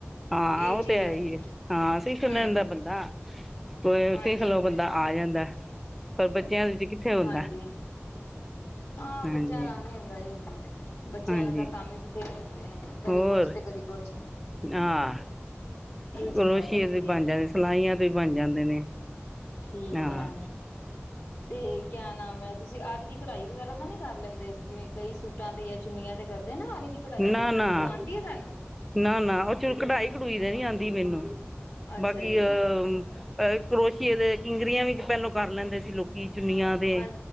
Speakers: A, in the centre; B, on the left (about 70°).
A: ਹਾਂ
B: ਇਹ
A: ਉਹ
B: ਚੀਜ਼
A: ਤੇ ਹੈ
B: ਜਾਂਦੀ
A: ਹੀ ਆ ਹਾਂ ਸਿੱਖ ਲੈਂਦਾ
B: ਹਮ
A: ਬੰਦਾ ਕੋ
B: ਹਾਂਜੀ
A: ਸਿੱਖ ਲਓ ਬੰਦਾ ਆ ਜਾਂਦ ਦਾ ਪਰ ਬੱਚਿਆਂ ਵਿੱਚ ਕਿੱਥੇ ਹੁੰਦਾ
B: ਹਾਂਜੀ ਹਾਂ
A: ਹਾਂਜੀ
B: ਬੱਚਿਆਂ ਨਾਲ ਨੀ ਹੁੰਦਾ ਜੀ ਬੱਚਿਆਂ
A: ਹਾਂਜੀ
B: ਨਾਲ ਤਾਂ ਕੰਮ ਹੀ ਬਥੇਰੇ ਹੁੰਦੇ ਨੇ ਕਦੀ
A: ਹੋਰ
B: ਕੁਛ ਤੇ ਕਦੀ ਕੁਛ
A: ਹਾਂ
B: ਇਹ ਚੀਜ਼
A: ਕਰੋਸ਼ੀਏ
B: ਆ ਜਾਂਦੀ
A: ਦੇ
B: ਹੈ
A: ਬਣ ਜਾਂਦੇ ਸਲਾਈਆਂ ਤੋਂ ਹੀ ਬਣ ਜਾਂਦੇ ਨੇ
B: ਠੀਕ
A: ਹਾਂ
B: ਹੈ ਤੇ ਕਿਆ ਨਾਮ ਹੈ ਤੁਸੀਂ ਆਰੀ ਦੀ ਕਢਾਈ ਵਗੈਰਾ ਤਾਂ ਨੀ ਕਰ ਲੈਂਦੇ ਜਿਵੇਂ ਕਈ ਸੂਟਾਂ ਤੇ ਯਾ ਚੁੰਨੀਆਂ ਤੇ ਕਰ ਨਾ ਆਰੀ ਦੀ ਕਢਾਈ
A: ਨਾ ਨਾ
B: ਉਹ ਆਉਂਦੀ ਹੈ ਤੁਹਾਨੂੰ
A: ਨਾ ਨਾ ਉਹ ਚ ਕਢਾਈ ਕਢੂਈ ਦਾ ਨੀ ਆਉਂਦੀ ਮੈਨੂੰ
B: ਅੱਛਾ
A: ਬਾਕੀ
B: ਜੀ
A: ਅਹ ਕਰੋਸ਼ੀਏ ਦੇ ਕਿੰਗਰੀਆਂ ਵੀ ਪਹਿਲੋਂ ਕਰ ਲੈਂਦੇ ਸੀ ਸੀ ਲੋਕੀ ਚੁਨੀਆਂ ਤੇ
B: ਹਾਂ